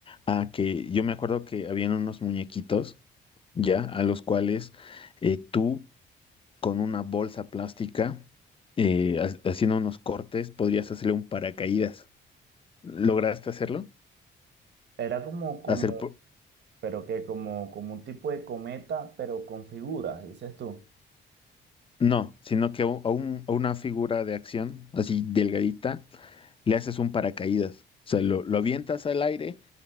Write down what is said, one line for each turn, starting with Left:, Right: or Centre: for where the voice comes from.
Left: a que yo me acuerdo que habían unos muñequitos, ya, a los cuales eh, tú con una bolsa plástica, eh, ha- haciendo unos cortes, podrías hacerle un paracaídas. ¿Lograste hacerlo?
Right: Era como, como,
Left: Hacer,
Right: pero que como, como un tipo de cometa, pero con figuras, dices tú.
Left: No, sino que a, un- a un- a una figura de acción, así delgadita, le haces un paracaídas. O sea, lo, lo avientas al aire